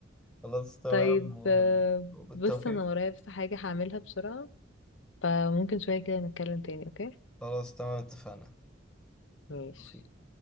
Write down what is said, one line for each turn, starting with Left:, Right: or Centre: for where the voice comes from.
Centre: خلاص تمام
Left: طيب
Centre: و-
Left: آه،
Centre: وبالتوفيق
Left: بص انا ورايا بس حاجة هعملها بسرعة فممكن شوية كده نتكلم تاني اوكي
Centre: خلاص تمام اتفقنا بالتوفيق
Left: ماشي